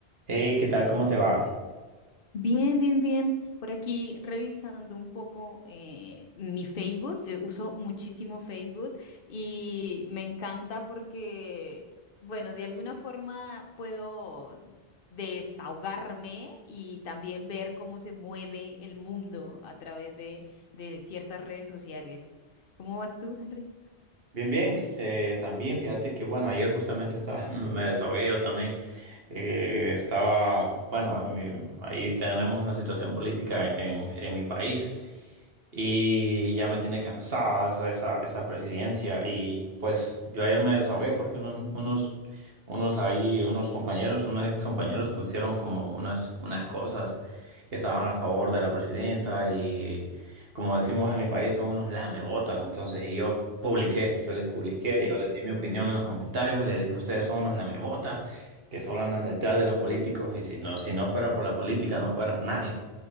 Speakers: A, on the right; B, on the left.
A: Hey, ¿qué tal? ¿Cómo te va?
B: Bien, bien, bien. Por aquí revisando un poco eh, mi Facebook, eh, uso muchísimo Facebook y me encanta porque, bueno, de alguna forma puedo desahogarme y también ver cómo se mueve el mundo a través de, de ciertas redes sociales. ¿Cómo vas tú, Henry?
A: Bien, bien. Eh, también, fíjate que, bueno, ayer justamente estaba, <laughs> me desahogué yo también. Eh, estaba, bueno, a mí- ahí tenemos una situación política en, en mi país. Y ya me tiene cansada esa, esa presidencia. Y pues yo ayer me desahogué porque unos, unos, unos ahí, unos compañeros, unos ex compañeros pusieron como unas, unas cosas que estaban a favor de la presidenta y como decimos en mi país son unos lamebotas. Entonces y yo publiqué, yo les publiqué,
B: Ujú.
A: yo les di mi opinión en los comentarios y les dije, ustedes son unos lamebotas que solo andan detrás de los políticos y si no, si no fuera por la política no fuera nadie.